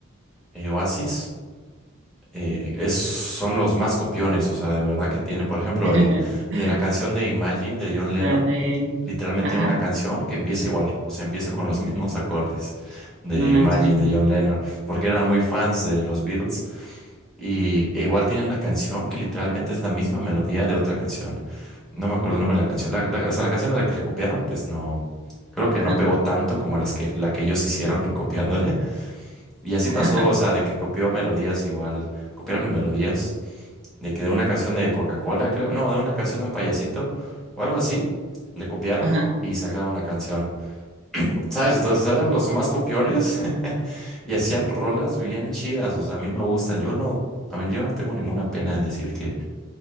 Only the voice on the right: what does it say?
<laughs>
La de...
Ajá,
no manches.
Ajá.
<laughs>
Ajá,